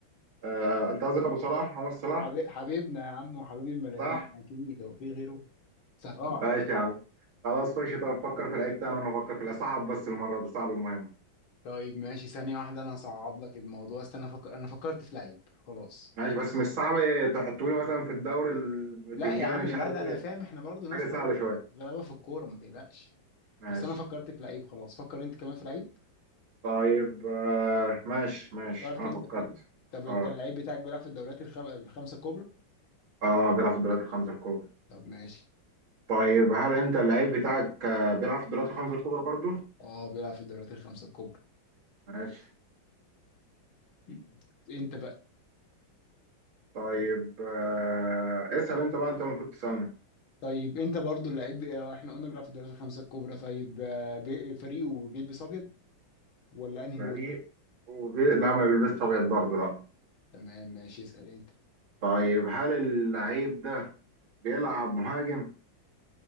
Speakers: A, on the right (about 80°); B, on the left (about 85°).
A: آه، انت قصدك ابو صلاح محمد صلاح
B: حبي- حبيبنا يا عم وحبيب الملايين
A: صح
B: اكيد هو في غيره صراحة
A: ماشي يا عم خلاص خش طب فكر في اللعيب بتاعنا وانا افكر في اللعيب صعب بس المره دي صعب المهم
B: طيب ماشي ثانية واحدة أنا هصعب لك الموضوع استنى أنا فكر... أنا فكرت في لعيب خلاص
A: ماشي بس مش صعب تحطوا لي مثلا في الدوري البتنجاني
B: لا يا عم
A: مش
B: لا
A: عارف
B: لا أنا
A: ايه
B: فاهم إحنا برضه ناس
A: حاجه سهله
B: غلابة في
A: شويه
B: الك- غلابة في الكورة ما تقلقش
A: ماشي
B: بس أنا فكرت في لعيب خلاص فكر أنت كمان في لعيب
A: طيب آه، ماشي ماشي
B: فكرت
A: انا
B: أنت
A: فكرت
B: في لعيب طب أنت
A: اه
B: اللعيب بتاعك بيلعب في الدوريات الخم... الخمسة الكبرى
A: اه بيلعب في الدوريات الخمسه الكبرى
B: طب ماشي
A: طيب هل انت اللعيب بتاعك آه، بيلعب في الدوريات الخمسه الكبرى برضه
B: أه بيلعب في الدوريات الخمسة الكبرى
A: ماشي
B: <laughs> أنت
A: طيب
B: بقى
A: آه، اسأل انت بقى انت المفروض تسألني
B: طيب انت برضو اللعيب آه، احنا قلنا بيلعب في الدوريات الخمسه الكبرى طيب آه، بي- فريقه بيلبس ابيض ولا انهي
A: فريق
B: لون
A: وبي... لا ما بيلبسش ابيض برضه لا
B: تمام ماشي اسال انت
A: طيب هل اللعيب ده بيلعب مهاجم؟